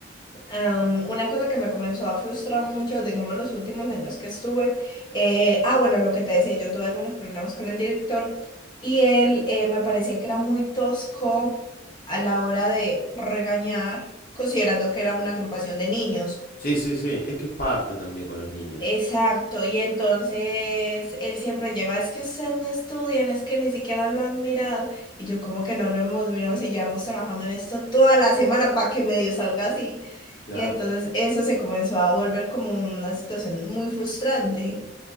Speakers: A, on the left; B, on the left.
A: Am, una cosa que me comenzó a frustrar mucho, digamos, los últimos años que estuve, eh, ah, bueno, lo que te decía, yo tuve algunos problemas con el director y él eh, me parecía que era muy tosco a la hora de regañar, considerando que
B: Claro.
A: era una agrupación de niños.
B: Sí, sí, sí. Es que es parte también con los niños.
A: Exacto, y entonces él siempre lleva, es que ustedes no estudian, es que ni siquiera lo han mirado. Y yo como que no lo hemos mirado si llevamos trabajando en esto toda la semana para que medio salga así.
B: Claro.
A: Y entonces eso se comenzó a volver como una situación muy frustrante.